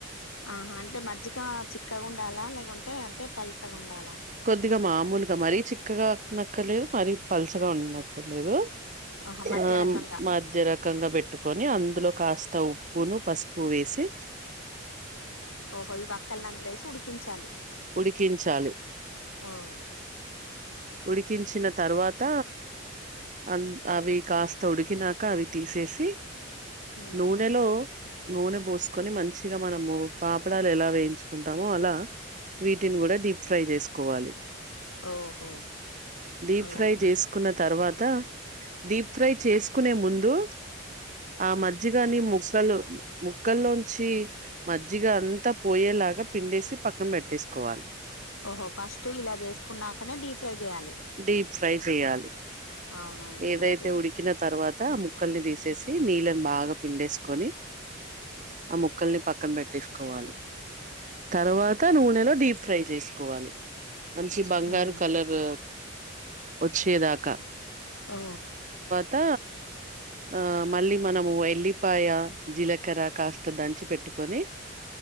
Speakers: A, on the left; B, on the right.
A: ఆహ అంటే మజ్జిగ చిక్కగా ఉండాలా లేకుంటే అంటే పల్సగా ఉండాలా
B: కొద్దిగ మామూలుగ మరీ చిక్కగా వునక్కర్లేదు మరీ పలుచగా వున్నకర్లేదు
A: ఆహా మధ్య
B: ఆ
A: రకంగా
B: మధ్యరకంగా పెట్టుకొని అందులో కాస్ త ఉప్పును పసుపు వేసి
A: ఓహో ఈ వక్కల్ని అందులో వేసి ఉడికించాలి
B: ఉడికించాలి.
A: ఆ
B: ఉడికించిన తరువాత అన్ అవి కాస్త ఉడికినాక అవి తీసేసి
A: ఉమ్
B: నూనెలో నూనె పోూసుకొని మంచిగా మనము పాపుడాలు ఎలా వేయించుకుంటామో అలా వీటిని కూడా డీప్ ఫ్రై చేసుకోవాలి
A: ఓహో
B: డీప్
A: అలానా
B: ఫ్రై చేసుకున్న తర్వాత్ త డీప్ ఫ్రై చేసుకునే ముందు ఆ మజ్జిగాని ముక్కలు ముక్కలోంచి మజ్జిగ అంతా పోయేలా లాగా పిండేసి పక్కన పెట్టేసుకోవాలి
A: ఓహో ఫస్ట్ ఇలా చేసుకున్నాకనే డీప్ ఫ్రై చేయాలి
B: డీప్ ఫ్రై చేయాలి
A: అవునా
B: ఏదైతే
A: ఓకే
B: ఉడికిన తర్వ త ముక్కల్ని తీసేసి నీళ్ళని బాగా పిండేసుకొని ఆ ముక్కల్ని పక్కన పెట్టేసుకోవాలి తర్వాత నూనెలో డీప్ ఫ్రై చేసుకోవాలి మంచి బంగారు
A: ఉమ్
B: కలర్ వచ్చేదాకా
A: ఓ
B: త ఆ మళ్ళీ మనము ఎల్లిపాయ జీలకర్ర కాస్త దంచి పెట్ ట్టుకొని